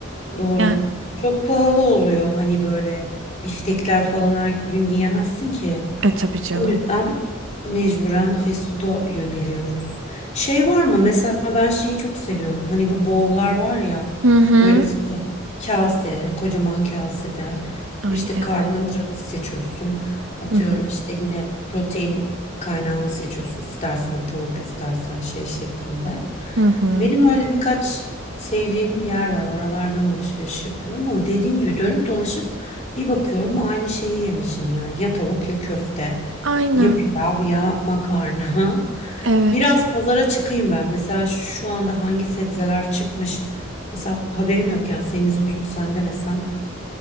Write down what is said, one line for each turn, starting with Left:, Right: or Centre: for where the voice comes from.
Left: Doğru.
Right: Yani
Left: Çok pahalı oluyor. Hani böyle biftekler falan her gün yiyemezsin ki.
Right: e tabii canım.
Left: O yüzden mecburen fast food'a yöneliyoruz. Şey var mı? Mesela ben şeyi çok seviyorum. Hani bu bowl'lar var ya.
Right: Hı hı.
Left: Böyle işte kase, kocaman kasede
Right: Ay
Left: işte
Right: evet.
Left: karbonhidratı seçiyorsun. Atıyorum
Right: Hı hı.
Left: işte yine protein kaynağını seçiyorsun. İstersen tavuk, istersen şey şeklinde.
Right: Hı hı.
Left: Benim öyle birkaç sevdiğim yer var. Oralardan alışveriş yapıyorum ama dediğim gibi dönüp dolaşıp bir bakıyorum aynı şeyi yemişim yani. Ya tavuk ya köfte.
Right: Aynen.
Left: Ya pilav ya makarna. <laughs>
Right: Evet.
Left: Biraz pazara çıkayım ben. Mesela şu anda hangi sebzeler çıkmış? Mesela haberim yok yani semizotunu sen demesen.